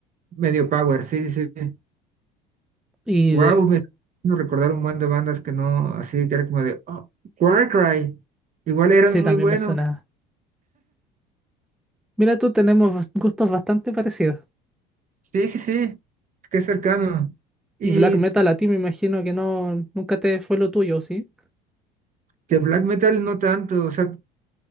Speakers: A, on the right; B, in the centre.
A: Medio power, sí, sí, sí.
B: Y
A: Wow,
B: de-
A: me está haciendo recordar un buen de bandas que no, así que era como de, oh, Warcry, igual eran
B: sí, también
A: muy buenos.
B: me suena. Mira, tú tenemos bas- gustos bastante parecidos.
A: Sí, sí, sí, qué cercano. Y
B: Y black metal a ti me imagino que no, nunca te fue lo tuyo, ¿sí?
A: de black metal no tanto, o sea,